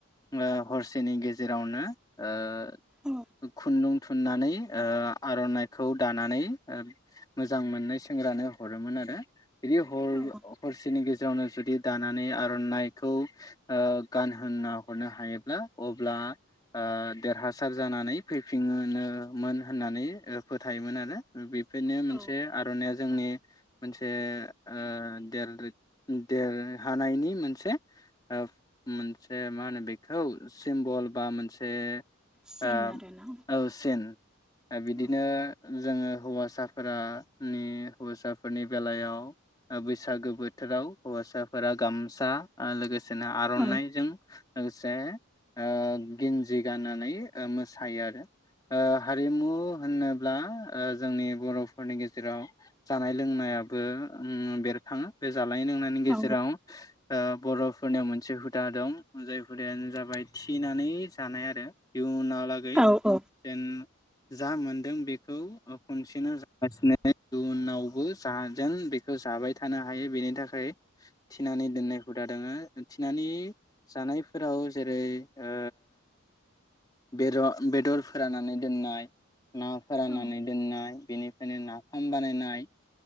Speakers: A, on the left; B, in the centre.
A: ओ हरसेनि गेजेरावनो ओ
B: औ
A: खुन्दुं थुननानै ओ आरनाइखौ दानानै मोजां मोननाय सेंग्रानो हरोमोन आरो। बिदि हर
B: औ
A: हरसेनि गेजे रावनो जुदि दानानै आरनाइखौ गानहोना हरनो हायोब्ला अब्ला ओ देरहासार जानानै फैफिनोमोन होननानै फोथायोमोन आरो बे बेफोरनो मोनसे
B: औ
A: आरनाइया जोंनि मोनसे ओ देल देरहानायनि मोनसे ओ मोनसे मा होनो बेखौ सिम्बल बा मोनसे
B: सिन
A: ओ
B: आरोना
A: औ सेन बिदिनो
B: औ
A: जोङो हौवासाफोरानि हौवासाफोरनि बेलायाव बैसागो बोथोराव हौवासाफोरा गामसा लोगोसे बिदिनो आरनाइजों
B: औ
A: लोगोसे ओ गिन्जि गाननानै मोसायो आरो हारिमु होनोब्ला जोंनि बर'फोरनि गेजेराव जानाय लोंनायाबो बेरखाङो बे जानाय लोंनायनि गेजेराव
B: औ
A: बर' फोरनियाव मोनसे हुदा दं जाय हुदायानो जाबाय थिनानै जानाय आरो इउनाव लागै
B: औ औ
A: जेन जा मोनदों बेखौ खनसेनो जागासिनो उनाव बो जाजेन बेखौ जाबाय थानो हायो बेनि थाखाय थिनानानै दोननायखौ हुदा दोङो थिनानानै जानायफोराव जेरै ओ बेर बेदर फोराननानै दोननाय ना फोराननानै
B: औ
A: दोननाय बेनिफ्रायनो फम बानायनाय